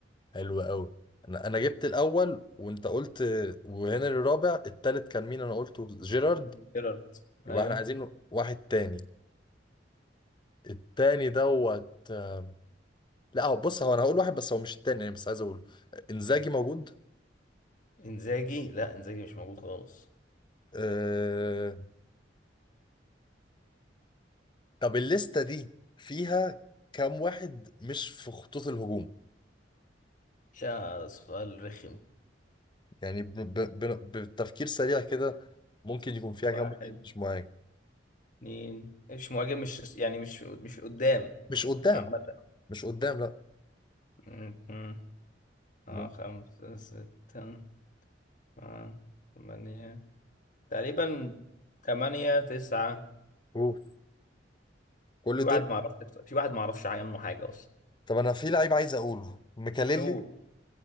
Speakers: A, on the left; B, on the left.
A: حلو قوي انا انا جبت الاول وانت قلت آه، وهنري الرابع التالت كان مين انا قلته جيرارد
B: جيرارد ايوه
A: يبقى احنا عايزين واحد تاني التاني دوت آه، لا هو بص هو انا هقول واحد بس هو مش التاني يعني بس عايز اقوله انزاجي موجود
B: انزاجي لا انزاجي مش موجود خالص
A: أه... طب الليسته دي فيها كام واحد مش في خطوط الهجوم
B: يا سؤال رخم
A: يعني ب... ب... ب... بالتفكير سريع كده ممكن يكون فيها
B: واحد
A: كام واحد مش معاك
B: اتنين مش مهاجم مش يعني مش مش قدام
A: مش قدام
B: عامة
A: مش قدام لا
B: م- م. اه
A: ممكن.
B: خمسة ستة اه ثمانية تقريبا ثمانية تسعة
A: اوف كل
B: في واحد
A: دول
B: ما اعرفش في واحد ما اعرفش عنه حاجة اصلا
A: طب انا في لعيب عايز اقوله ميكاليلي
B: قول